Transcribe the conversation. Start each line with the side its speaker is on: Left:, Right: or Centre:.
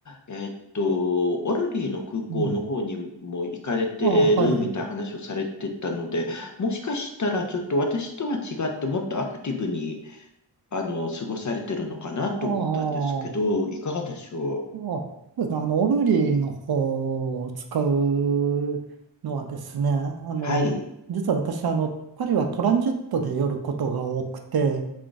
Left: えっと、オルリーの空港の方にも行かれてるみたいな話をされてたので、
Right: うん。ああ、はい。
Left: もしかしたらちょっと私とは違ってもっとアクティブに、あの、過ごされてるのかなと思ったんですけど、
Right: ああ、ああ、
Left: いかがでしょう
Right: そうですね。あの、オルリーの方を使うのはですね、あの、
Left: はい。
Right: 実は私、あの、パリはトランジットで寄ることが多くて、